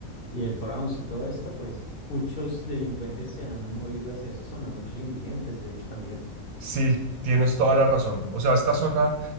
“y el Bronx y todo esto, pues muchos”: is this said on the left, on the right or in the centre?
Left